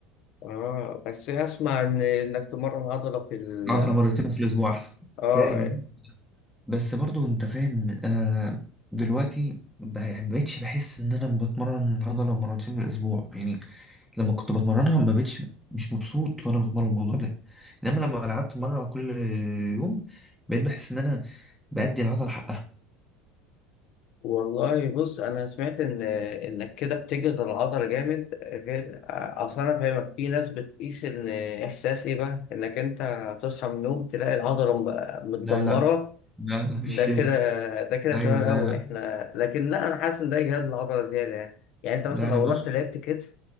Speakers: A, on the left; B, in the centre.
A: اه بس اسمع ان انك تمرن عضله في ال
B: عضله مرتين في الاسبوع احسن
A: اه
B: فاهم بس برضو انت فاهم انا دلوقتي بقى- يعني ما بقتش بحس ان انا بتمرن عضله مرتين في الاسبوع يعني لما كنت بتمرنها ما بقتش مش مبسوط وانا بتمرن الموضوع ده انما لما لعبت مره كل يوم بقيت بحس ان انا بأدي العضله حقها
A: والله بص انا سمعت ان انك كده بتجهد العضله جامد غير اصل انا فاهمك في ناس بتقيس ان احساس ايه بقى انك انت تصحى من النوم تلاقي العضله م- متدمره
B: لا لا لا لا مش
A: ده
B: كده
A: كده ده كده
B: ايوه
A: تمام
B: لا
A: قوي
B: لا
A: احنا لكن لا انا حاسس ان ده اجهاد العضله زياده يعني يعني انت
B: لا
A: مثلا
B: انا
A: لو
B: بص
A: رحت لعبت كتف